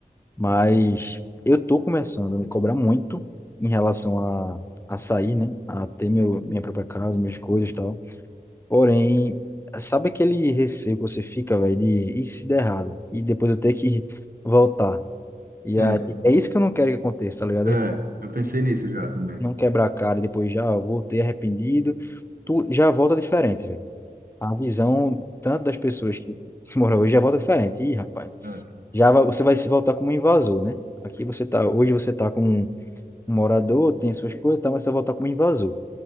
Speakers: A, on the left; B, on the right.
A: Mas eu tô começando a me cobrar muito em relação a, a sair, né? A ter meu, minha própria casa, minhas coisas e tal. Porém, sabe aquele receio que você fica, velho, de e se der errado? E depois eu ter que <laughs> voltar. E
B: Sim.
A: aí, é isso que eu não quero que aconteça, tá ligado?
B: É,
A: É
B: eu pensei nisso já também.
A: não quebrar a cara e depois já voltei arrependido. Tu já volta diferente, velho. A visão tanto das pessoas que se moram hoje já volta diferente. Ih, rapaz,
B: É,
A: já va- você vai se voltar como um invasor, né? Aqui você tá, hoje você tá como um um morador, tem suas coisas, e tal, mas você voltar como invasor.